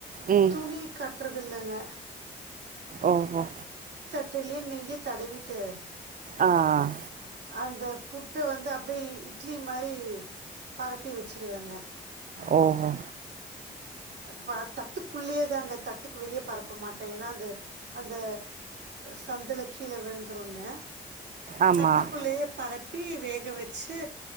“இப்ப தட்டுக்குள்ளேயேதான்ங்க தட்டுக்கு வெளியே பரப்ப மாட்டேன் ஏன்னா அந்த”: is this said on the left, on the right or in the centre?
Right